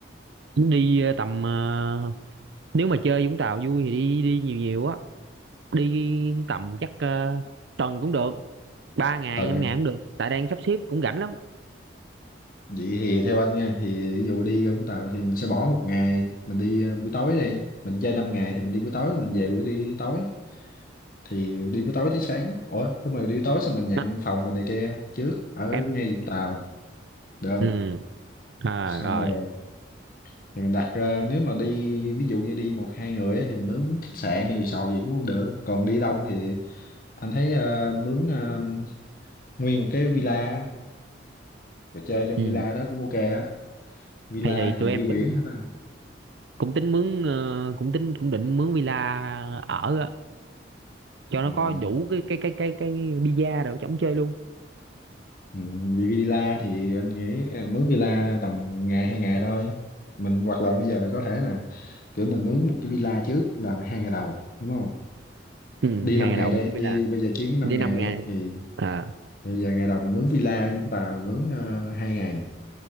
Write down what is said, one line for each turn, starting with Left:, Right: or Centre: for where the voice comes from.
Right: đi ờ, tầm ờ, nếu mà chơi Vũng Tàu vui thì đi đi nhiều nhiều á đi tầm chắc ờ, tuần cũng được ba ngày
Left: Tuần.
Right: năm ngày cũng được tại đang sắp xếp cũng rảnh lắm
Left: Vậy thì theo anh nha, thì ví dụ đi Vũng Tàu thì mình sẽ bỏ một ngày, mình đi ờ, buổi tối đi. Mình chơi 5 ngày thì mình đi buổi tối, mình về buổi đi tối. Thì đi buổi tối tới sáng. Ủa, đúng rồi, đi buổi tối xong mình nhận
Right: Đó,
Left: phòng rồi này kia trước ở
Right: em
Left: ngay Vũng Tàu, được không?
Right: ừ à,
Left: Xong
Right: rồi
Left: rồi thì mình đặt ờ, nếu mà đi ví dụ như đi một hai người á thì mình mướn khách sạn hay resort gì cũng được. Còn đi đông thì anh thấy ờ, mướn ờ, nguyên một cái villa rồi chơi trong
Right: ừ.
Left: villa đó cũng ok á villa
Right: thì thì
Left: thì
Right: tụi
Left: view
Right: em tính
Left: biển hả ta
Right: cũng tính mướn ờ, cũng tính cũng định mướn villa ở á, cho nó
Left: ừ.
Right: có đủ cái cái cái cái cái visa đồ chống chơi luôn
Left: Ừ. vì villa thì anh nghĩ ờ, mướn villa tầm ngày hai ngày thôi mình hoặc là bây giờ có thể là kiểu mình mướn một cái villa trước là hai ngày đầu đúng không
Right: ừ,
Left: đi
Right: hai
Left: 5
Right: ngày
Left: ngày
Right: đầu
Left: đây
Right: mướn
Left: đi
Right: villa
Left: bây giờ chuyến 5
Right: đi
Left: ngày
Right: năm
Left: đây
Right: ngày
Left: thì
Right: à
Left: bây giờ ngày đầu mình mướn villa ở Vũng Tàu mình mướn uh, 2 ngày